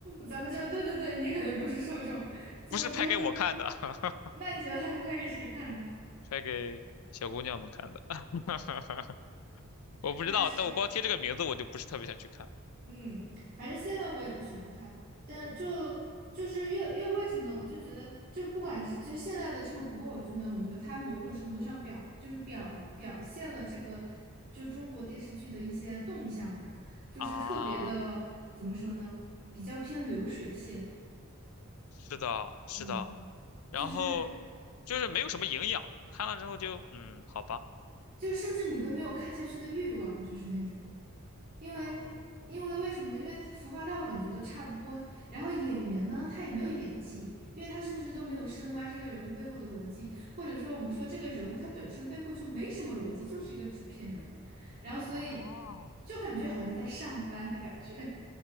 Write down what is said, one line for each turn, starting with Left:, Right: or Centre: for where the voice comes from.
Right: 咱们就是对对对，你肯定不是受众，
Left: <laughs>
Right: 咱们就是，
Left: 不是拍给我看的，<laughs>
Right: 那你觉得他是拍给谁看的？
Left: 拍给小姑娘们看的。<laughs> 我不知道，
Right: 那是
Left: 但我光听这个名字，我就不是特别想去看
Right: 嗯，反正现在我也不喜欢看，但就就是越越为什么呢？我就觉得，就不管是就是现在的这个古偶剧呢，我觉得它某种程度上表就是表表现了这个就中国电视剧的一些动向吧，就是特别的怎么说呢？
Left: 啊。
Right: 比较偏流水线，
Left: 是的，是的，
Right: 嗯，
Left: 然后就是没有什么营养，
Right: 就是。
Left: 看了之后就嗯，好吧，
Right: 就甚至你都没有看下去的欲望，就是那种，因为因为为什么呢？
Left: 哦
Right: 因为服化道感觉都差不多，然后演员呢，他也没有演技，因为他甚至都没有深挖这个人物背后的逻辑，或者说我们说这个人物他本身背后就没什么逻辑，就是一个纸片人，然后所以
Left: 哦，
Right: 就感觉好像在上班的感觉，